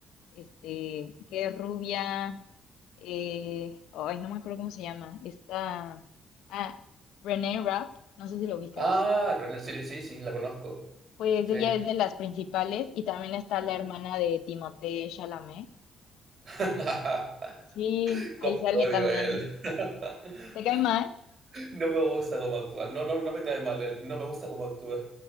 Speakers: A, on the left; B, on the right.
A: este, que es rubia, eh, ay, no me acuerdo cómo se llama, esta, ah, Renee Rapp, no sé si lo ubicas.
B: Ah, René, sí, sí, sí, la conozco.
A: Pues
B: Sí.
A: ella es de las principales y también está la
B: Ah.
A: hermana de Timothée Chalamet.
B: <laughs>
A: Sí,
B: Cómo
A: ahí sale
B: lo odio
A: también.
B: a él. <laughs>
A: ¿Te cae mal?
B: No me gusta cómo actuar No, no, no me cae mal. él. No me gusta cómo actúa.